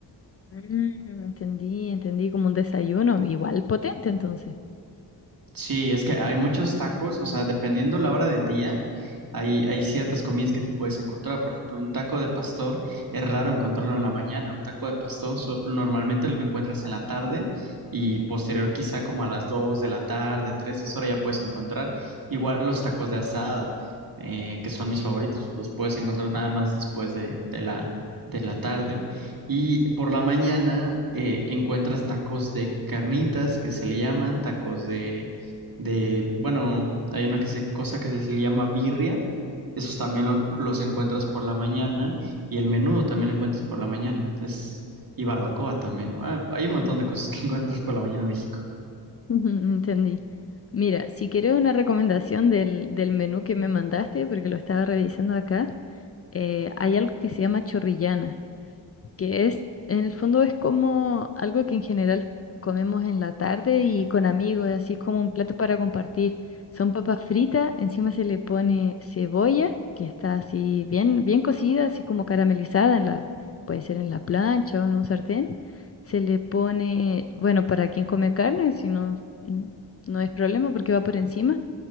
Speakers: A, on the left; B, on the right.
A: Mm, entendí, entendí como un desayuno, igual potente entonces.
B: Sí, es que hay muchos tacos, o sea, dependiendo la hora del día, hay, hay ciertas comidas que te puedes encontrar. Por ejemplo, un taco de pastor es raro encontrarlo en la mañana. Un taco de pastor so- normalmente lo encuentras en la tarde y posterior quizá como a las 2 de la tarde, 3. esa hora ya puedes encontrar. Igual los tacos de asada, eh, que son mis favoritos, los puedes encontrar nada más después de, de la, de la tarde. Y por la mañana eh, encuentras tacos de carnitas, que se le llaman, tacos de de, bueno, hay una que se, cosa que se, se le llama birria, esos también lo encu- los encuentras por la mañana, y el menudo también lo encuentras por la mañana, es, y barbacoa también, ¿no? Ah, hay un montón de cosas que <laughs> encuentras por la mañana en México.
A: <laughs> Ujú, Entendí. Mira, si quieres una recomendación del, del menú que me mandaste, porque lo estaba revisando acá, eh, hay algo que se llama chorrillana. que es, en el fondo es como algo que en general comemos en la tarde y con amigos, así es como un plato para compartir. Son papas fritas, encima se le pone cebolla, que está así bien, bien cocida, así como caramelizada en la, puede ser en la plancha o en un sartén. Se le pone, bueno, para quien come carne, si no, mm, no es problema porque va por encima